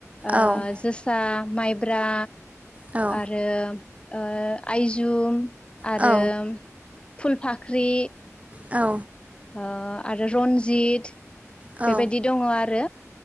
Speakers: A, on the left (about 20°); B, on the right (about 25°).
A: ओ
B: औ
A: जोसा माइब्रा
B: औ
A: आरो ओ आइजुम आरो
B: औ
A: फुल फाख्रि
B: औ
A: ओ आरो रन्जित
B: औ
A: बेबायदि दङ आरो